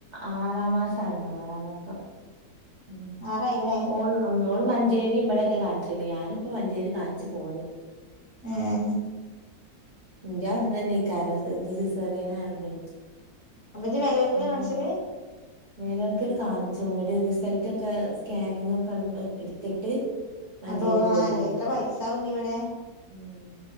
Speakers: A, on the right (about 50°); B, on the left (about 45°).
A: ആറാം മാസാണ് ആറാം മാസം ഉം
B: ആറായില്ലേ
A: ഓൾ ഉം ഓള് മഞ്ചേരിം ഇവടെ ട്ട കാണിച്ചല്ലേ ഞാനിപ്പ മഞ്ചേരി കാണിച്ച് പോന്ന്
B: ഏഹ്
A: ഇന്റെ അവിടന്നന്നേയിക്കാര ഇത് ഇത് സിസേറിയനായോണ്ടേ
B: അപ്പൊ ഇജ്ജ് മേലവെർക്കല്
A: <unintelligible>
B: കാണിച്ചല്
A: മേലൊരക്കല് കാണും ചുമങ്ങട് റിസൾട്ടൊക്കെ സ്കാനിങ്ങൊക്കെ അങ്ങ് അ എടുത്തിട്ട് മഞ്ചേരി
B: അഡോ ആഹ്
A: പോയി
B: അല്ലേ
A: കാണിച്ച്
B: എത്ര പൈസാവുണ്ണീ ഇവടേ
A: ഉം